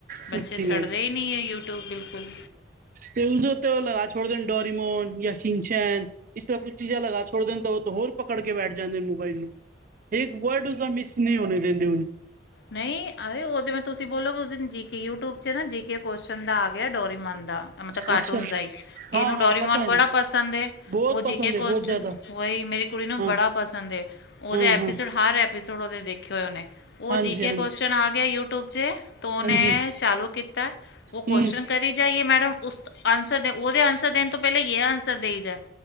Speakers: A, on the right; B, on the left.
A: ਸੱਚੀ
B: ਬੱਚੇ ਛੱਡਦੇ
A: ਗੱਲ
B: ਹੀ ਨਹੀਂ ਏ ਯੂਟਿਊਬ ਬਿਲਕੁਲ।
A: ਤੇ ਉਸ ਦੇ ਉੱਤੇ ਉਹ ਲਗਾ ਛੋੋੜ ਦੇ ਡੋਰੀਮੋਨ, ਯ ਸੀਚੈਨ। ਇਸ ਤਰ੍ਹਾਂ ਕੁਛ ਚੀਜ਼ਾਂ ਲਗਾ ਛੋੜ ਦੇ ਨੇ ਤੇ ਉਹ 'ਤੇ ਹੋਰ ਪਕੜ ਕੇ ਬੈਠ ਜਾਂਦੇ ਨੇ ਮੋਬਾਈਲ ਨੂੰ। ਇੱਕ ਵਰਡ ਉਸਦਾ ਮਿਸ ਨਹੀਂ ਹੋਣੇ ਦਿੰਦੇ।
B: ਨਹੀਂ, ਅਤੇ ਉਹ 'ਤੇ ਤੁਸੀਂ ਬੋਲੋ ਉਸ ਦਿਨ ਜੀ ਕੇ ਯੂਟਿਊਬ 'ਚ ਨਾ ਜੀ ਕੇ ਕੋਸ਼ਚਨ ਦਾ ਆ ਗਿਆ ਡੋਰੀਮਨ ਦਾ ਮਤਲਬ ਕਾਰਟੂਨ
A: ਅੱਛਾ
B: ਦਾ ਹੀ। ਇਹਨੂੰ
A: ਹਾਂ ਹਾਂ
B: ਡੋਰੀਮੋਨ
A: ਪਤਾ ਹੈ
B: ਬੜਾ
A: ਨਾ
B: ਪਸੰਦ ਏ,
A: ਬਹੁਤ
B: ਉਹ ਜੀਕੇ
A: ਪਸੰਦ
B: ਕੋਸ਼ਚ
A: ਹੈ ਬਹੁਤ ਜ਼ਿਆਦਾ
B: ਉਹੀ ਮੇਰੀ ਕੁੜੀ ਨੂੰ
A: ਹਾਂ
B: ਬੜਾ ਪਸੰਦ ਉਹਦੇ
A: ਹਾਂ
B: ਐਪੀਸੋਡ
A: ਹਾਂ
B: ਹਰ ਐਪੀਸੋਡ ਉਹਦੇ ਦੇਖੇ ਹੋਏ ਉਹਨੇ। ਉਹ
A: ਹਾਂਜੀ
B: ਜੀ
A: ਹਾਂਜੀ
B: ਚਨ ਆ ਗਿਆ ਯੂਟਿਊਬ 'ਚ' ਤੋ ਉਹਨੇ
A: ਹਾਂਜੀ
B: ਚਾਲੂ ਕੀਤਾ ਉਹ ਕੋਸਚਨ
A: ਹੂੰ
B: ਕਰੀ ਜਾਈਏ ਮੈਡਮ, ਉਸ ਆਨਸਰ ਦੇ ਉਹਦੇ ਆਨਸਰ ਦੇਣ ਤੋਂ ਪਹਿਲੇ ਜੇ ਆਨਸਰ ਦੇਈ ਜਾ।